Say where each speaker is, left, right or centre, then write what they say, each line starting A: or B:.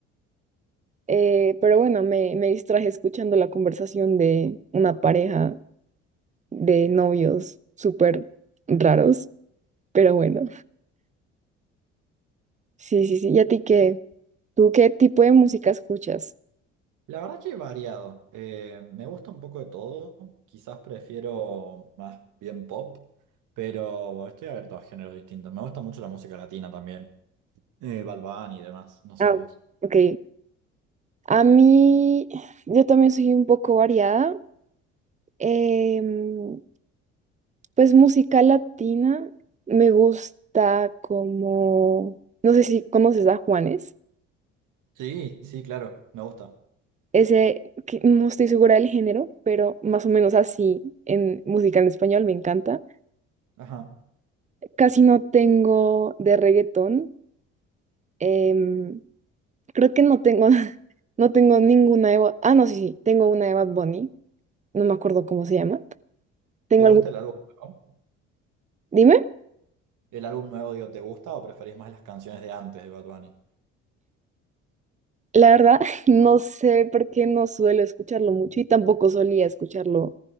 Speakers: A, on the right; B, on the right.
A: Eh, pero bueno, me, me distraje escuchando la conversación de una pareja de novios súper raros, pero bueno, sí, sí, sí, ¿y a ti qué? ¿Tú qué tipo de música escuchas?
B: La verdad que variado. Eh, me gusta un poco de todo. Quizás prefiero más bien pop, pero estoy abierto a géneros distintos. Me gusta mucho la música latina también. Eh, Bad Bunny y demás. No sé
A: Ah,
B: a vos.
A: ok. A mí, yo también soy un poco variada. Em, pues música latina me gusta como, no sé si conoces a Juanes,
B: Sí, sí, claro. Me gusta.
A: ese que no estoy segura del género, pero más o menos así en música en español me encanta.
B: Ajá.
A: Casi no tengo de reggaetón. em, creo que no tengo, <laughs> no tengo ninguna de... Bo- Ah, no, sí, sí, tengo una de Bad Bunny no me acuerdo cómo se llama. Tengo
B: ¿Te gusta
A: algún...
B: el álbum nuevo?
A: Dime,
B: ¿El álbum nuevo, digo, te gusta o preferís más las canciones de antes de Bad Bunny?
A: la verdad, <laughs> no sé por qué no suelo escucharlo mucho y tampoco solía escucharlo